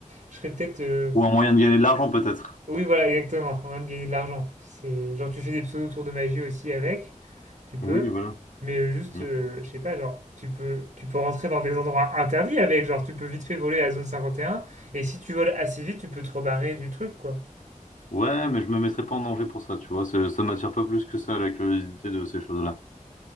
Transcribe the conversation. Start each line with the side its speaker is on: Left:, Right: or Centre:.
Right: je serais peut-être. euh,
Left: Ou un moyen de gagner de l'argent peut-être.
Right: Oui, voilà, exactement, en train de gagner de l'argent. C'est genre, tu fais des pseudo tours de magie aussi avec, tu peux.
Left: Oui, voilà.
Right: Mais euh, juste,
Left: Mm.
Right: euh, je sais pas, genre, tu peux, tu peux rentrer dans des endroits interdits avec, genre, tu peux vite fait voler à la zone 51. Et un, et si tu voles assez vite, tu peux te rebarrer du truc, quoi.
Left: Ouais, mais je me mettrais pas en danger pour ça, tu vois. Ça, ça m'attire pas plus que ça, la curiosité de ces choses-là.